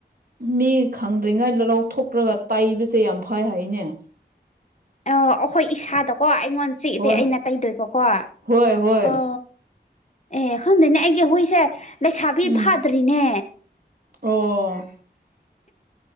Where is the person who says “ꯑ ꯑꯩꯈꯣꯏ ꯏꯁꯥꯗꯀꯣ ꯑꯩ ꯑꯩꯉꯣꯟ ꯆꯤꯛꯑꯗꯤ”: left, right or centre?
Left